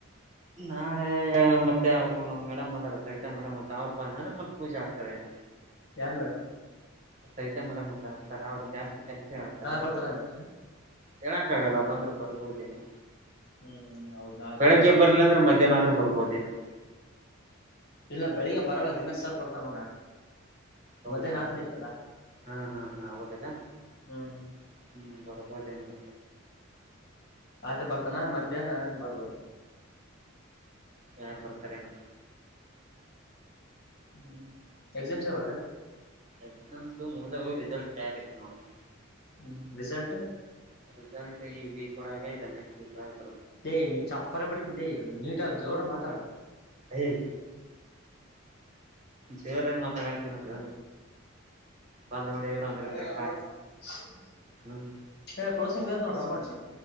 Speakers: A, on the right; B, on the left.
A: ನಾಳೆ ಮತ್ತೆ ಅವರು ನಮ್ಮ ಮೇಡಮ್ ಅದಾರ ಸವಿತಾ ಮೇಡಮ್ ಅವ ಅವ್ರ ಬ ಅಂದ್ರೆ ಮತ್ತ ಪೂಜೆ ಆಗ್ತಾವ ಏನ
B: ಯಾ ಮೇಡಮ್
A: ಸವಿತಾ ಮೇಡಮ್ ಅಂತ ಹರ್ತಾರೆ ಅವ್ರಗ್ ಜಾಸ್ತಿ ಕೆಲ್ಸ <unintelligible> ಹೇಳ್ತಾರ
B: ನಾಳೆ ಬರ್ತಾರಂತೆ
A: ಹೇಳಕ್ಕ ಆಗಲ್ಲ ಬಂದ್ರು ಬರ್ಬೋದೇನು
B: ಹ್ಮ್ ಹೌದ್ ನಾಳೆ
A: ಬೆಳಿಗ್ಗೆ
B: ಬರ್ಬೋದು
A: ಬರಲಿಲ್ಲ ಅಂದ್ರೆ ಮಧ್ಯಾಹ್ನ ಆದ್ರರು ಬರ್ಬೋದೇನೋ
B: ಇಲ್ಲ ಬೆಳಿಗ್ಗೆ ಬರಲ್ಲ ದಿನೇಶ್ ಸರ್ ಬರ್ತಾನ ನೋ ನಾಳೆ <unintelligible>
A: ಹೌದಾ
B: ಮಧ್ಯಾನ ಆತನದ ಇತ್ತ
A: ಹಾ ಹಾ ಹಾ ಹೌದಲ್ಲಾ
B: <unintelligible> ಹು
A: ಹ್ಮ್ ಬರಬೋದ ಹೆಂಗ
B: ಆಯ್ತೆ ಬರ್ತಾನ ಮಧ್ಯಾಹ್ನ ಬರ್ಬೋದು
A: ಯಾರ ಬರತಾರೇನೋ <inaudible>
B: ಹ್ಮ್ ಎಕ್ಸಾಮ್ಸ್ ಯಾವಾಗ
A: ಎಕ್ಸಾಮ್ಸ ಮುಗದವ ರಿಸಲ್ಟ್ ಕಾಯಕತೆನಿ ನೋಡ <unintelligible>
B: ಹ್ಮ ರಿಸಲ್ಟ್
A: ರಿಸಲ್ಟ್ ಈ ವೀಕ್ ಒಳಗ ಇಲ್ಲಾ ನೆಕ್ಸ್ಟ್ ವೀಕ್ ಒಳಗ <unintelligible>
B: ಲೇಯ್ ನೀ ಚಪ್ಪಲಿ ಬಡಿತೇನ ಲೇ ನೀಟಾಗಿ ಜೋರಾಗಿ ಮಾತಾಡ <unintelligible>
A: ಏಯ್ ಜೋರಾಗಿ ಮಾತಾಡಕತ್ತೀನಲ್ಲ ಬಂದ್ ನೋಡಿ ಇವ್ರು ಅಂದ್ರ
B: ಕಾರ್ಯ
A: ಇಬ್ರು
B: ಲವರ್ಸ್ <unintelligible>
A: ಹ್ಮ್
B: ಹೇ ಪ್ರೋಸಂಗ ಬಿದ್ದೈತಿ ನೋಡ್ರ ಅಮೌಂಟ